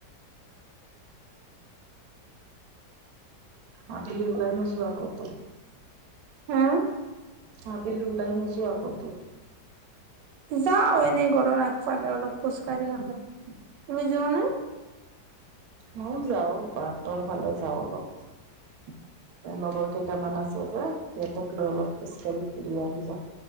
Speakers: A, on the right; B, on the right.
A: আবেলি উলাই নোযোৱা ক'তো?
B: হা
A: আবেলি উলাই নোযোৱা ক'তো?
B: যাওঁ এনেই ঘৰৰ আগফালে অলপ খোজ কঢ়ি আহো। তুমি যোৱানে?
A: ময়ো যাওঁ বাতৰ ফালে যাওঁ অলপ।
B: <inaudible>
A: লগৰ কেইটামান আছে যে সিহঁতক লৈ অলপ খোজ‌ কাঢ়ি ঘূৰি আহি যাওঁ।